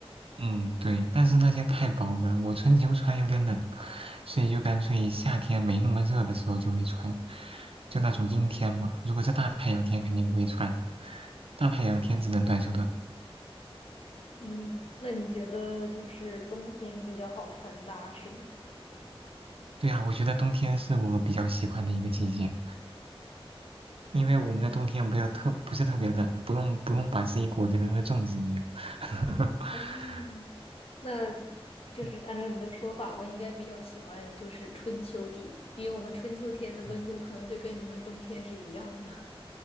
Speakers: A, on the right; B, on the left.
A: 嗯，对。但是那件太薄了，我春秋穿有点冷，所以就干脆夏天没那么热的时候就会穿，就那种阴天嘛。如果是大太阳天，肯定不会穿的。大太阳天只能短袖短裤。
B: 嗯，那你觉得就是冬天比较好穿搭是吗？
A: 对啊，我觉得冬天是我比较喜欢的一个季节。因为我们的冬天不要特不是特别冷，不用不用把自己裹得跟个粽子一样。<laughs>
B: 哦，那就是按照你的说法，
A: 嗯
B: 我应该比较喜欢就是春秋天，因为我们春秋天的温度可能就跟你们冬天是一样的。
A: 嗯